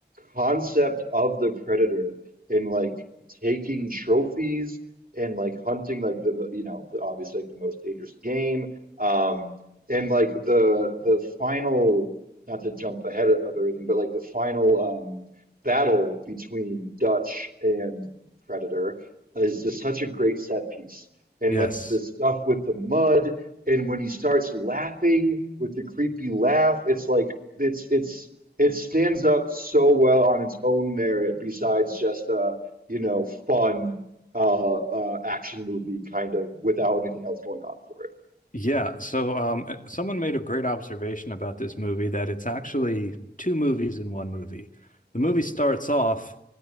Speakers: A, on the right; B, on the left.
A: concept of the predator and like taking trophies and like hunting like the the- you know the, obviously like the most dangerous game um and like the the final not to jump ahead of everything but like the final um battle between Dutch and Predator is just such a great set piece. And
B: Yes.
A: like the stuff with the mud, and when he starts laughing with the creepy laugh, it's like it's it's it stands up so well on its own merit, besides just a you know fun uh, uh, action movie kind of without anything else going on for it.
B: Yeah, so um, uh, someone made a great observation about this movie that it's actually two movies in one movie. The movie starts off